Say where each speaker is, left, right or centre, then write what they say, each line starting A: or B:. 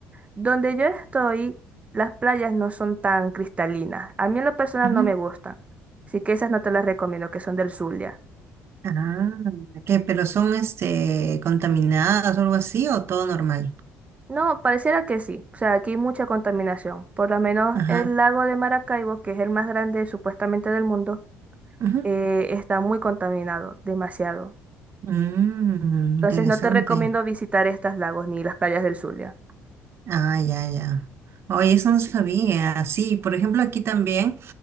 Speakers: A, on the right; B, on the right.
A: Donde yo estoy, las playas no son tan cristalinas. A mí en lo personal
B: Ujú.
A: no me gustan. Así que esas no te las recomiendo, que son del Zulia.
B: Ah, ¿qué? ¿Pero son este contaminadas o algo así o todo normal?
A: No, pareciera que sí. O sea, aquí hay mucha contaminación. Por lo menos
B: Ajá.
A: el lago de Maracaibo, que es el más grande supuestamente del mundo,
B: Ujú.
A: eh, está muy contaminado, demasiado.
B: Mm,
A: Entonces
B: interesante.
A: no te recomiendo visitar estos lagos ni las playas del Zulia.
B: Ah, ya, ya. Oye, eso no sabía. Sí, por ejemplo, aquí también.